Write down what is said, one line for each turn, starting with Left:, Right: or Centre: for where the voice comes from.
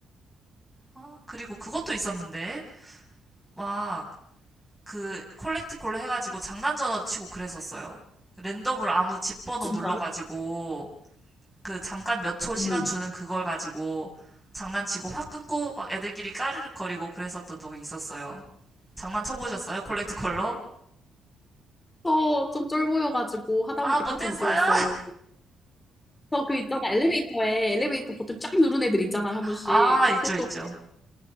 Centre: 아, 그리고 그것도 있었는데 막 그 콜렉트콜로 해가지고 장난 전화도 치고 그랬었어요. 랜덤으로 아무 집 번호
Left: 진짜요?
Centre: 눌러가지고 그 잠깐 몇 초
Left: 어머.
Centre: 시간 주는 그걸 가지고 장난치고 확 끊고 막 애들끼리 까르륵거리고 그랬었던 적이 있었어요. 장난 쳐보셨어요? 콜렉트콜로?
Left: 저 좀 쫄보여가지고 하다못해
Centre: 아, 못했어요.
Left: 그것도 못 해봤어요. 저 그 있잖아 엘리베이터에 엘리베이터 버튼 쫙 누른 애들 있잖아 한 번씩.
Centre: 아,
Left: 저
Centre: 있죠,
Left: 그것도
Centre: 있죠.